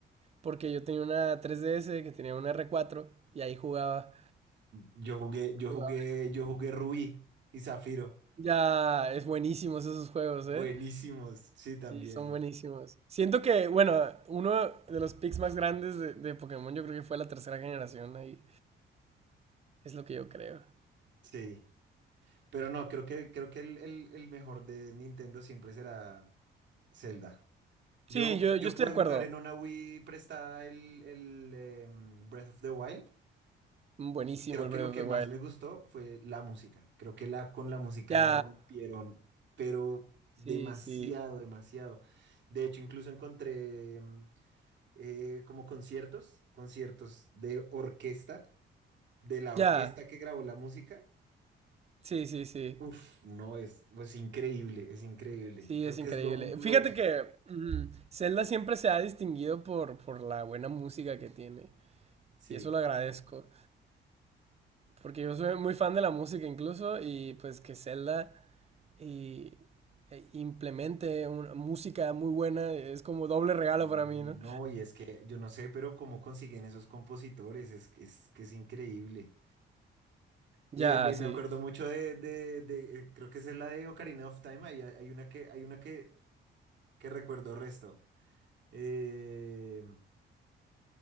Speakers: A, on the right; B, on the right.
A: porque yo tenía una 3DS que tenía una R4 y ahí jugaba.
B: Yo jugué, yo
A: jugaba.
B: jugué, yo jugué Rubí y Zafiro.
A: Ya, es buenísimos esos juegos,
B: Buenísimos,
A: ¿eh?
B: sí, también,
A: Sí, son buenísimos. Siento que, bueno, uno de los picks más grandes de, de Pokémon yo creo que fue la tercera generación ahí. Es lo que yo creo.
B: sí. Pero no, creo que, creo que el, el- el mejor de Nintendo siempre será Zelda. Yo,
A: Sí, yo,
B: yo
A: yo estoy
B: pude
A: de
B: jugar
A: acuerdo.
B: en una Wii prestada el, el, em, Breath of the Wild
A: Mm, Buenísimo
B: y creo
A: el
B: que
A: Breath
B: lo que
A: of the
B: más
A: Wild.
B: me gustó fue la música. Creo que la, con la música
A: Ya,
B: la rompieron, pero demasiado,
A: sí, sí.
B: demasiado. De hecho, incluso encontré... em, eh, como conciertos, conciertos de orquesta, de la
A: Ya,
B: orquesta que grabó la música.
A: sí, sí, sí.
B: Uf, no, es pues increíble, es increíble.
A: Sí,
B: Creo
A: es
B: que
A: increíble.
B: es lo, lo-
A: Fíjate que mm, Zelda siempre se ha distinguido por, por la buena música que tiene.
B: sí.
A: Y eso lo agradezco. Porque yo soy muy fan de la música incluso. Y pues que Zelda y e implemente una música muy buena, es como doble regalo
B: Y
A: para mí, ¿no?
B: no, y es que yo no sé, pero cómo consiguen esos compositores, es, que- es que es increíble.
A: Ya,
B: Y eh, me
A: sí.
B: me acuerdo mucho de, de, de, eh, creo que esa es la de Ocarina of Time, ahí hay, hay una que, hay una que, que recuerdo resto. Eh,